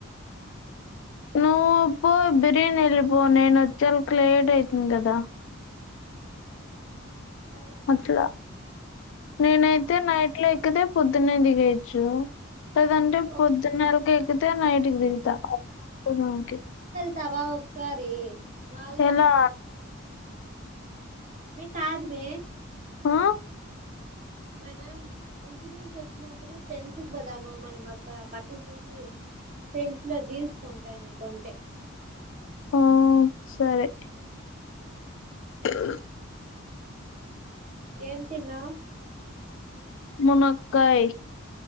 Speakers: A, on the left (about 65°); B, on the right (about 40°).
A: నువ్ప్పు బిర్యానీలి పోవ నేను వచ్చ చల్ క లేట్ అయితన గదా
B: ఉమ్, సరే
A: అట్లా నేనైతే
B: ఉమ్,
A: నైట్ లో ఎక్కితే పద్దునేదిగయిచ్చు లేదంటే
B: ఓ
A: పొద్దున్నెలకి ఎక్కితే నైట్కిి దిగుతాకి
B: తవా ఒకసారి మాల్లో
A: ఎలా
B: మ కాదు మే
A: ఆ
B: మనం ఇడూస్ వచ్చినప్పుడు ఫ్రెండ్స్ పోదామా మనం అక్కడ బట్టలు చూసి ఫ్రెండ్స్ లో తీసుకుంటానును కొంటే
A: ఆ సరే
B: ఉమ్,
A: స
B: ఏం తిన్నావు
A: మునక్కై